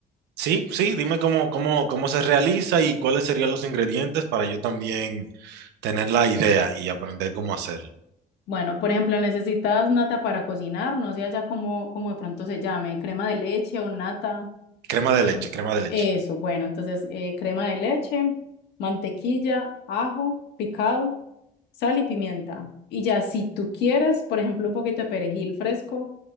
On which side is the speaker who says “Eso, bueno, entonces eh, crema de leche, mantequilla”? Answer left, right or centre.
Left